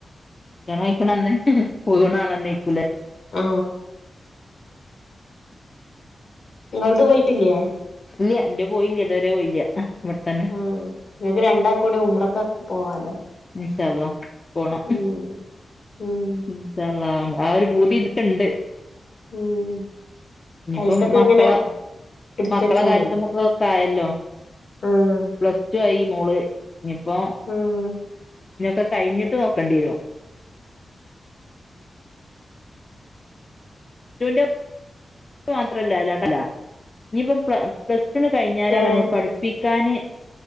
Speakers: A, on the left; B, on the left.
A: ണയ്ക്ക്ണന്ന് പോവ്ണാളന്നെ ക്കൂലെ
B: ആ ങ്ങളത് പോയിട്ടില്ലേ
A: ഇല്ല എന്റെ പോയില്ല ഇതുവരെ പോയില്ല ഇവിടെത്തന്നെ
B: ആ ങ്ങ ക്ക് രണ്ടാ കൂടി ഉമ്റക്ക പോവാലോ
A: ഇൻ ഷാ അള്ളാ പോണം
B: ഉം ഉം
A: ഇൻഷ അള്ളാ ആ ഒരു പൂതി ഇന്കണ്ട്
B: ഉം
A: ഇനിയിപ്പം
B: പൈസൊക്കെ
A: മക്കളെ
B: ഇങ്ങനെ എടുത്ത്
A: മക്കളെ
B: വച്ചാ
A: കാര്യത്ത്മക്ക്‌
B: മതി
A: ക്കായല്ലോ
B: ആഹ്
A: പ്ലസ് ടു ആയി മോള് ഇനിപ്പോ
B: ആഹ്
A: ഇന്യോക്കെ കഴിഞ്ഞിട്ട് നോക്കേണ്ടി വരും ന്റു ന്റെ മാത്രല്ലല്ല <unintelligible> ഇനിയിപ്പം പ്ലസ്ടുണ്ട്കഴിഞ്ഞാലാണ്
B: ഏഹ്
A: നമ്മൾ പഠിപ്പി ക്കാന്